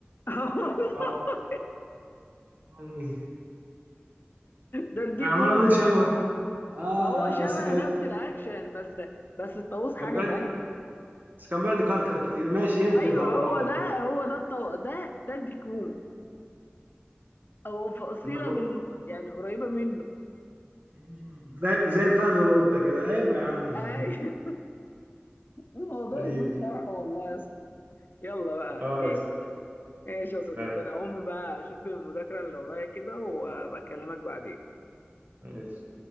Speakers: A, on the left; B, on the right.
A: <laughs>
B: اه انا
A: ده الديك
B: عمال
A: رومي
B: اقول شبه اه
A: ما هو شبه
B: آه، بس كان
A: نفس الاكشن بس بس الطاووس حاجه
B: كان بيقعد
A: تانية
B: بس كان بيقعد يكركر كتير ماشي يمكن
A: ايوه
B: هو
A: هو
B: هو هو.
A: ده هو ده الطو... ده ده الديك رومي هو فصيله
B: انا ب...
A: من يعني قريبه منه
B: مم. زي زي الفهد والقطه كده حلو يا عم
A: ايوه
B: <laughs>
A: <laughs> الموضوع
B: اديني
A: يطول شرحه والله يا اسطى يلا بقى
B: اه
A: خير
B: يا اسطى
A: ايش يا صديقي
B: سلام
A: انا هقوم بقى اشوف المذاكره اللي ورايا كده وبكلمك بعدين
B: ماشي